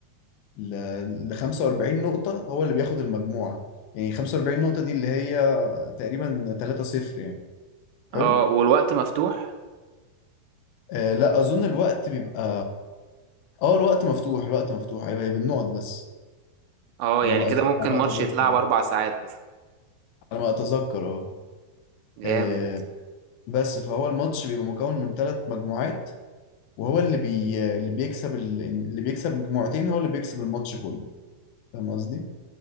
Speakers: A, on the left; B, on the right.
A: ل ل 45 نقطة هو اللي بياخد المجموعة يعني 45 نقطة دي اللي هي تقريبا 3 0 يعني حلو
B: اه والوقت مفتوح
A: آه لا أظن الوقت بيبقى اه الوقت مفتوح الوقت مفتوح أيوه هي بالنقط بس
B: اه
A: على
B: يعني
A: ما
B: كده
A: أز...
B: ممكن
A: على ما
B: ماتش
A: أتذكر
B: يتلعب
A: يعني.
B: اربع ساعات مثلا
A: على ما أتذكر اه
B: جامد
A: آه، بس فهو الماتش بيبقى مكون من ثلاث مجموعات وهو اللي بي... اللي بيكسب ال... يعني اللي بيكسب مجموعتين هو اللي بيكسب الماتش كله فاهم قصدي؟